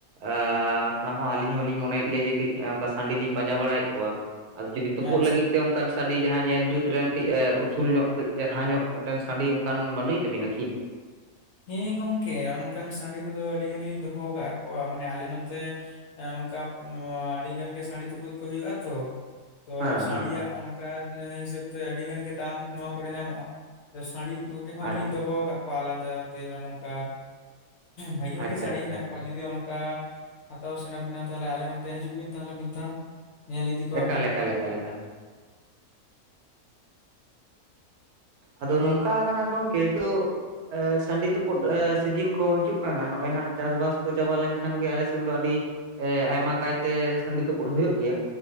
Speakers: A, on the right; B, on the left.
A: ᱟᱸ ᱚᱱᱟ ᱦᱚᱸ ᱟᱞᱤᱧ ᱦᱚᱸᱞᱤᱧ ᱢᱚᱱᱮᱭᱮᱜ ᱜᱮᱭᱟ ᱡᱮ ᱠᱟᱹᱡ ᱚᱱᱠᱟ ᱥᱟᱺᱰᱤ ᱞᱤᱧ ᱯᱟᱸᱡᱟ ᱵᱟᱲᱟᱭᱮᱜ ᱠᱚᱣᱟ ᱟᱨ ᱡᱩᱫᱤ ᱛᱩᱯᱩᱜ
B: ᱟᱪᱪᱷᱟ
A: ᱞᱟᱹᱜᱤᱫ ᱛᱮ, ᱚᱱᱠᱟᱱ ᱥᱟᱺᱰᱤ ᱡᱟᱦᱟᱸ ᱧᱮᱞ ᱡᱩᱛᱨᱮ ᱠᱟᱹᱡ ᱩᱥᱩᱞ ᱧᱚᱜ ᱠᱟᱹᱡ ᱪᱮᱨᱦᱟ ᱧᱚᱜ ᱢᱤᱜᱴᱟᱝ ᱥᱟᱺᱰᱤ, ᱚᱝᱠᱟᱱ ᱵᱟᱱᱩᱭ ᱛᱟᱵᱤᱱᱟ ᱠᱤ?
B: ᱦᱮᱸ ᱜᱚᱝᱠᱮ ᱚᱱᱠᱟᱱ ᱥᱟᱺᱰᱤ ᱠᱚᱫᱚ ᱟᱹᱰᱤ ᱜᱟᱱ ᱞᱤᱧ ᱫᱚᱦᱚ ᱠᱟᱜ ᱠᱚᱣᱟ ᱢᱟᱱᱮ ᱟᱞᱮ ᱱᱚᱛᱮ, ᱮᱸ ᱱᱚᱝᱠᱟ ᱟᱹᱰᱤ ᱜᱟᱱ ᱜᱮ ᱥᱟᱺᱰᱤ ᱛᱩᱯᱩᱫ ᱠᱚ ᱦᱩᱭᱩᱜᱼᱟ ᱛᱚ, ᱛᱚ
A: ᱦᱮᱸ
B: ᱥᱟᱺᱰᱤᱭᱟᱜ
A: ᱦᱮᱸ
B: ᱚᱱᱠᱟ ᱦᱤᱥᱟᱹᱵ ᱛᱮ ᱟᱹᱰᱤ ᱜᱟᱱ ᱜᱮ ᱫᱟᱢ ᱱᱚᱣᱟ ᱠᱚᱨᱮ ᱧᱟᱢᱚᱜᱼᱟ᱾ ᱥᱟᱺᱰᱤ ᱠᱚᱜᱮ ᱦᱚᱸ
A: ᱟᱪᱪᱷᱟ
B: ᱞᱤᱧ ᱫᱚᱦᱚ ᱟᱠᱟᱜ ᱟᱞᱟᱫᱟ ᱟᱛᱮ ᱱᱚᱝᱠᱟ, ᱵᱷᱟᱹᱜᱤ ᱵᱷᱟᱹᱜᱤ
A: ᱟᱪᱪᱷᱟ
B: ᱥᱟᱺᱰᱤ
A: ᱟᱪᱪᱷᱟ
B: ᱦᱮᱱᱟᱜ
A: ᱟᱪᱪᱷᱟ
B: ᱠᱚᱣᱟ ᱡᱩᱫᱤ ᱚᱱ ᱠᱟ ᱦᱟᱛᱟᱣ ᱥᱟᱱᱟ ᱵᱤᱱᱟ ᱛᱟᱦᱚᱞᱮ ᱟᱞᱮ ᱱᱚᱛᱮ ᱦᱤᱡᱩᱜ ᱵᱤᱱ ᱛᱟᱦᱚᱞᱮ ᱢᱤᱫ ᱫᱷᱟᱣ᱾ ᱧᱮᱞ ᱤᱫᱤ ᱠᱚᱣᱟᱵᱤᱱ,
A: ᱮᱠᱟᱞ ᱮᱠᱟᱞ ᱮᱠᱟᱞ ᱮᱠᱟᱞ ᱟᱫᱚ ᱱᱚᱝᱠᱟ ᱠᱟᱱᱟ ᱜᱚᱝᱠᱮ ᱛᱳᱜ, ᱥᱟᱺᱰᱤ ᱛᱩᱯᱩᱫ ᱥᱤᱡᱤᱱ ᱠᱚ ᱦᱤᱡᱩᱜ ᱠᱟᱱᱟ ᱱᱚᱜᱼᱚᱭ ᱦᱜ ᱪᱟᱥᱵᱟᱥ ᱠᱚ ᱪᱟᱵᱟ ᱞᱮᱱᱠᱷᱟᱱ ᱜᱮ ᱟᱞᱮ ᱥᱮᱱ ᱫᱚ ᱟᱹᱰᱤ, ᱮ ᱟᱭᱢᱟ ᱠᱟᱭᱛᱮ ᱥᱟᱺᱰᱤ ᱛᱩᱯᱫ ᱦᱩᱭᱩᱜ ᱜᱮᱭᱟ᱾